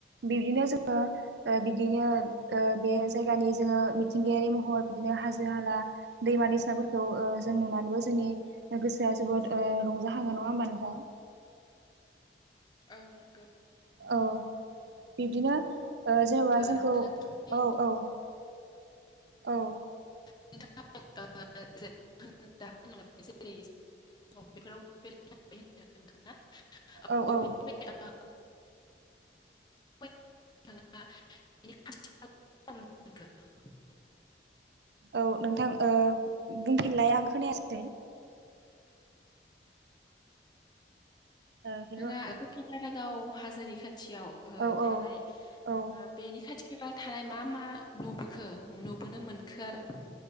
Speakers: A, on the right; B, on the left.
A: बिब्दिनो जोङो ओ बिदिनो ओ बे जायगानि जोङो मिथिंगायारि महर बिदिनो हाजो हाला, दैमा, दैसाफोरखौ जों नुनानै बो जोंनि ओ गोसोआ जोबोद ओ रंजाहाङो नङा होमबा नोंथां?
B: औ नोंगौ
A: औ बिब्दिनो ओ जेनेबा जोंखौ
B: नोंथाङाथ' बे
A: औ औ औ
B: <unintelligible> <unintelligible>
A: औ औ
B: नोंथाङा <unintelligible>
A: औ नोंथां ओ बुंफिनलाय आं खोनायासै ओ हेल'
B: नोंथाङा ओ ककिदारागाव हाजोनि खाथियाव
A: औ
B: ओ थानाय
A: औ औ
B: ओ बेनि खाथि खाला थानाय मा मा नुबोखो नुबोनो मोनखो आरो?